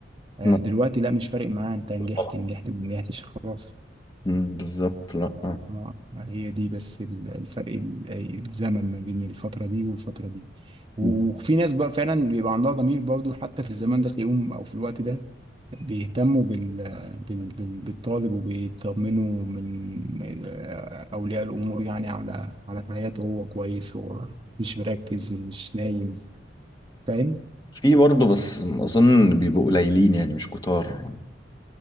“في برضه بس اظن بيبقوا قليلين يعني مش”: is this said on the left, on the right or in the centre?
Left